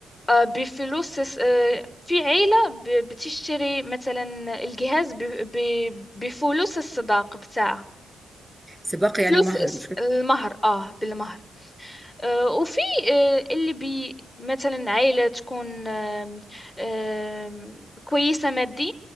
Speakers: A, on the left; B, in the centre.
A: أه بفلوس أه في عيلة ب- بتشتري مثلا الجهاز ب- ب- بفلوس الصداقة بتاعها
B: سباق يعني
A: فلوس
B: مهر
A: الس-
B: مش
A: المهر اه بالمهر آه، وفي آه، اللي بي مثلا عائلة تكون آم، آم، كويسة ماديا